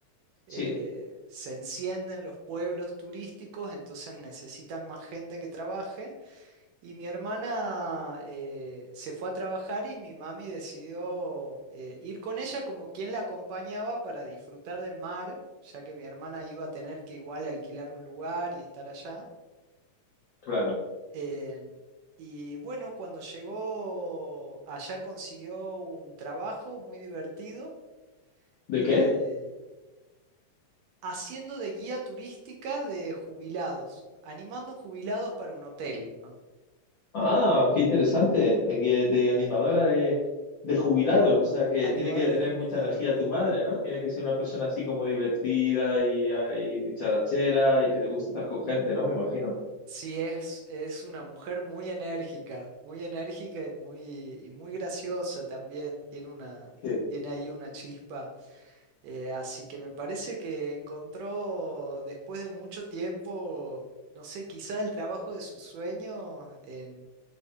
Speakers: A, on the right; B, on the left.
A: eh,
B: sí,
A: se encienden los pueblos turísticos, entonces necesitan más gente que trabaje. Y mi hermana eh, se fue a trabajar y mi mami decidió eh, ir con ella como quien la acompañaba para disfrutar del mar, ya que mi hermana iba a tener que igual alquilar un lugar y estar allá.
B: claro.
A: En- y bueno, cuando llegó allá consiguió un trabajo muy divertido,
B: ¿De
A: eh,
B: qué?
A: haciendo de guía turística de jubilados, animando jubilados para un hotel, ¿no?
B: Ah, qué interesante. Eh, que De animadora de, de jubilados. O sea que
A: Animadora
B: tiene que tener
A: de jubilados.
B: mucha energía tu madre, ¿no? Tiene que ser una persona así como divertida y, ah, y dicharachera y que le guste estar con gente, ¿no? Me imagino.
A: Sí, es, es una mujer muy enérgica, muy enérgica y muy, y muy graciosa también. Tiene una,
B: Que,
A: tiene ahí una chispa. Eh, así que me parece que encontró después de mucho tiempo, no sé, quizá el trabajo de sus sueños en-